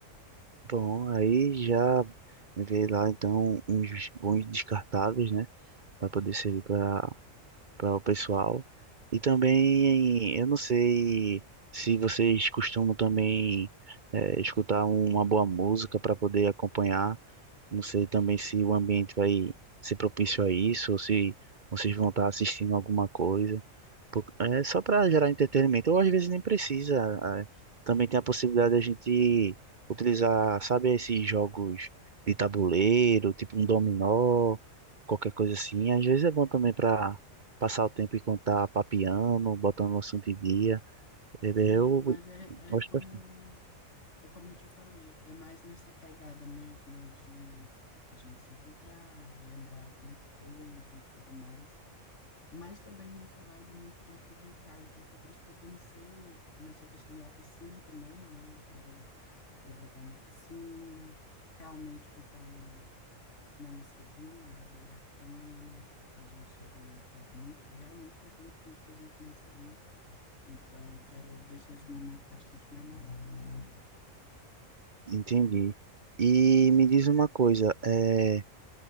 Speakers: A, on the right; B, on the left.
A: bom, aí já vê lá então uns bons descartáveis, né, para poder servir para para o pessoal. E também, eu não sei se vocês costumam também eh, escutar uma boa música para poder acompanhar. Não sei também se o ambiente vai ser propício a isso, ou se vocês vão estar assistindo alguma coisa. Pô, É só para gerar entretenimento, ou às vezes nem precisa. é. Também tem a possibilidade da gente utilizar, sabe, esses jogos de tabuleiro, tipo um dominó, qualquer coisa assim. Às vezes é bom também para passar o tempo e contar papiando, botando o assunto em dia. É,
B: Sim,
A: Eu
B: mas é,
A: gosto
B: é como
A: bastante.
B: É como eu te falei, é mais nessa pegada mesmo de a gente se encontrar, relembrar algumas coisas e tudo mais. Mas também essa vibe muito de aproveitar. Então foi por isso que eu pensei nessa questão da piscina também, né? De aproveitar uma piscina, realmente botar um- uma musicazinha, né? Bem bacana, que a gente ali faz muito, realmente faz muito tempo que a gente não se viu. Então quero deixar esse momento bastante memorável, né?
A: Entendi. E me diz uma coisa, é,